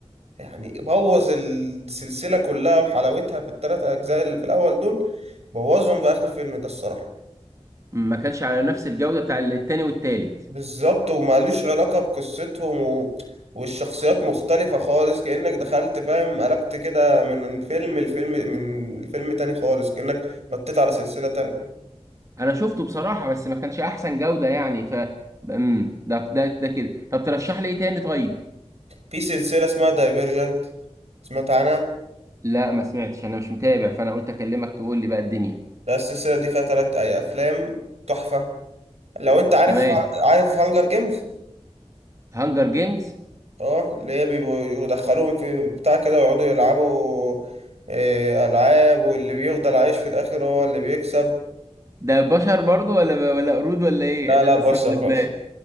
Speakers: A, on the right; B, on the right.
A: يعني بوظ السلسلة كلها وحلاوتها في التلات أجزاء اللي في الأول دول بوظهم في آخر فيلم ده الصراحة
B: ما كانش على نفس الجوده بتاع التاني والتالت
A: بالظبط وماليش علاقة بقصتهم و... والشخصيات مختلفة خالص كأنك دخلت فاهم قلبت كده من فيلم لفيلم من الفيلم تاني خالص كأنك نطيت على سلسلة تانية
B: انا شفته بصراحة بس ما كانش احسن جودة يعني ف امم ده ده ده كده طب ترشح لي ايه تاني طيب
A: في سلسلة اسمها دايفيرجنت سمعت عنها
B: لا ما سمعتش انا مش متابع فانا قلت اكلمك تقول لي بقى الدنيا
A: لا السلسلة دي فيها تلات أي أفلام تحفة لو أنت عارف
B: تمام
A: عارف هانجر جيمز
B: هانجر جيمز
A: اه اللي هي بيبقوا يدخلوهم في بتاع كده ويقعدوا يلعبوا إيه، ألعاب واللي بيفضل عايش في الآخر هو اللي بيكسب
B: ده بشر برضو ولا ولا قرود ولا ايه
A: لا
B: عشان
A: لا بشر
B: بس ما قلبناش
A: بس